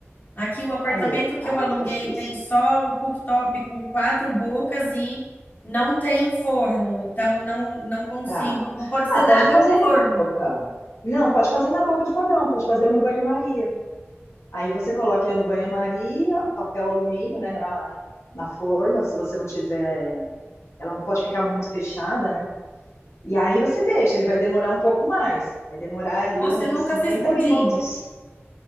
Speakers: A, on the left; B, on the left.
A: Aqui o apartamento
B: aí, é,
A: que
B: aí
A: eu aluguei
B: fica difícil.
A: tem só o cooktop com quatro bocas e não tenho forno. Então não não consigo,
B: Tá.
A: não pode ser
B: Ah,
A: nada
B: pode fazer
A: com forno.
B: na boca. Não, pode fazer na boca de fogão, pode fazer no banho-maria. Aí você coloca ele no banho-maria, papel alumínio, né, na, na forma, se você não tiver, ela não pode ficar muito fechada, né? E aí você deixa, ele vai demorar um pouco mais, vai demorar ali
A: Nossa,
B: uns
A: eu nunca
B: 50
A: fiz pudim.
B: minutos.